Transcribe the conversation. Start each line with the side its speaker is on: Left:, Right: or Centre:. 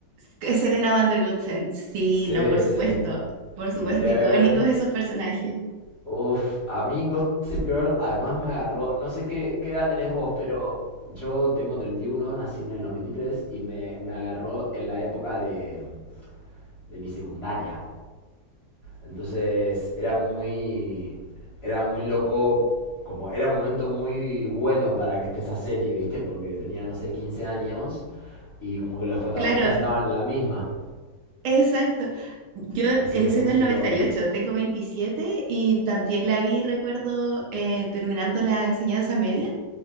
Right: Que Serena van der Gutsen, sí,
Left: Sí,
Right: no, por
Left: sí.
Right: supuesto, por supuesto,
Left: Y Blair.
Right: icónicos esos personajes.
Left: Uf, a mí Gossip Girl además me agarró. No sé qué, qué edad tenés vos, pero yo tengo 31, nací en el noventa y tres y me, me agarró en la época de, de mi secundaria. Entonces era muy, era muy loco, como era un momento muy bueno para que esté esa serie, ¿viste? Porque tenía, no sé, 15 años y como que los protagonistas
Right: Claro,
Left: estaban en la misma.
Right: Exacto. Yo
Left: Así
Right: eh,
Left: que
Right: soy
Left: fue un
Right: del
Left: furor.
Right: noventa y ocho, tengo 27 y también la vi, recuerdo, eh, terminando la enseñanza media,